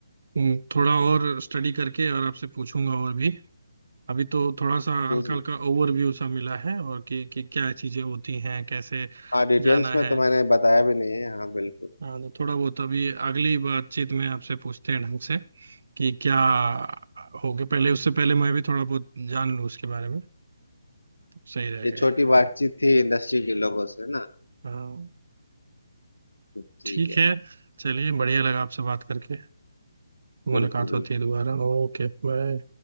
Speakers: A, on the right (about 60°); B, on the left (about 80°).
A: हम्म, थोड़ा और स्टडी करके और आपसे पूछूंगा और भी अभी तो थोड़ा सा
B: जी
A: हल्का
B: जी
A: हल्का ओवरव्यू सा मिला है और कि, कि क्या चीजें होती हैं कैसे
B: हाँ डिटेल्स
A: जाना
B: में
A: है
B: तो मैंने बताया भी नहीं है हाँ बिल्कुल
A: हाँ तो थोड़ा बहुत अभी अगली बातचीत में आपसे पूछते हैं ढंग से कि क्या हो गया पहले उससे पहले मैं भी थोड़ा बहुत जान लूँ उसके बारे में तो सही रहेगा
B: ये छोटी
A: ये
B: बातचीत थी इंडस्ट्री के लोगों से ना
A: हाँ
B: ठीक
A: ठीक
B: है
A: है चलिए बढ़िया लगा आपसे बात करके मुलाकात
B: बिल्कुल
A: होती
B: बिल्कुल
A: है दोबारा Okay bye